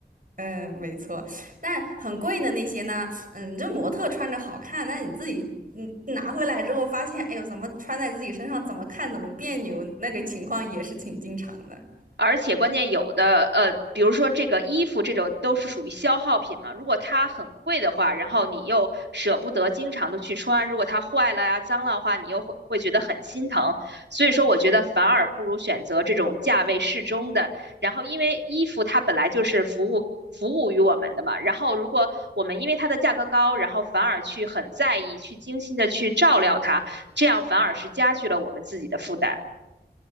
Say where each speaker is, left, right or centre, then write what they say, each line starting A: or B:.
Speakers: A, on the right (about 50°); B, on the right (about 80°).
A: 嗯，没错。但很贵的那些呢，嗯，这模特穿着好看，那你自己嗯拿回来之后发现，哎呦，怎么穿在自己身上怎么看怎么别扭，那个情况也是挺经常的。
B: 而且关键有的呃，比如说这个衣服这种都是属于消耗品嘛，如果它很贵的话，然后你又舍不得经常的去穿，如果它坏了呀、脏了的话，你又会会觉得很心疼。所以说，我觉得反而不如选择这种价位适中的。然后，因为衣服它本来就是服务服务于我们的嘛，然后如果我们因为它的价格高，然后反而去很在意、去精心的去照料它，这样反而是加剧了我们自己的负担。